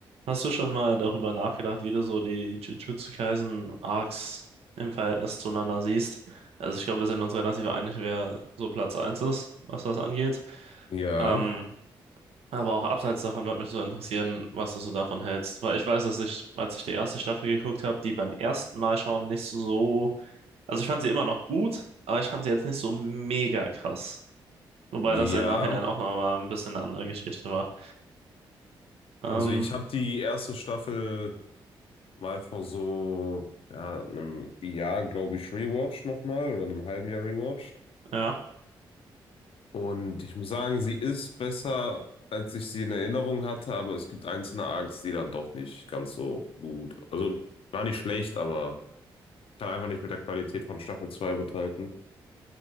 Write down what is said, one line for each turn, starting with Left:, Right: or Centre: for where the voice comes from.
Right: Hast du schon mal darüber nachgedacht, wie du so die Jujutsu Kaisen Arcs im Verhältnis zueinander siehst? Also ich glaube, wir sind uns relativ einig, wer so Platz eins ist, was das angeht.
Left: Ja,
Right: Ähm, aber auch abseits davon würde mich so interessieren, was du so davon hältst. Weil ich weiß, dass ich, als ich die erste Staffel geguckt habe, die beim ersten Mal schauen nicht so. Also ich fand sie immer noch gut, aber ich fand sie jetzt nicht so mega krass. Wobei
Left: ja.
Right: das im Nachhinein auch nochmal ein bisschen eine andere Geschichte war. Ähm,
Left: Also ich habe die erste Staffel mal vor so ja, einem Jahr, glaube ich, rewatcht nochmal oder einem halben Jahr rewatcht.
Right: ja.
Left: Und ich muss sagen, sie ist besser, als ich sie in Erinnerung hatte, aber es gibt einzelne Arcs, die dann doch nicht ganz so gut. Also war nicht schlecht, aber kann einfach nicht mit der Qualität von Staffel 2 mithalten.